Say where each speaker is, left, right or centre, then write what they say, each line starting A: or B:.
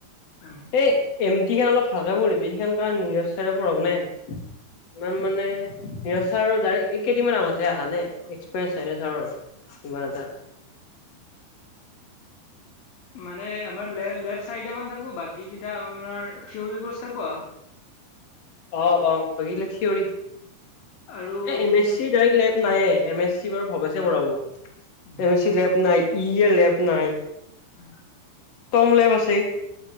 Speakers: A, on the left; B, on the left.
A: অ'।
B: এ এম টি খান অলপ ভালকে পঢ়িবি, সেইখন কাৰণ নিৰজ চাৰে পঢ়াব নে। ইমান মানে নীৰজ চাৰৰ ডাইৰেক্ট এই কেইদিনমান আগতহে আহা নে এক্সপিৰিয়েঞ্চ নাই না ছাৰৰ। ইমান এটা
A: মানে আমাৰ লে, লেব চাৰিটা মান থাকিব বাকী কেইটা আমাৰ থিয়ৰিৰ কোৰ্চ থাকব।
B: অ', অ', বাকী গিলা থঅৰি,
A: আৰু
B: এ এম
A: যিটো
B: এছ চি ডাইৰেক্ট লেব নাই এ এম এছ চি বাৰু ভবেছে পঢ়াব
A: um,
B: M S C lab নাই, ই এ লেব নাই।
A: হয়
B: টম লেভ আছে।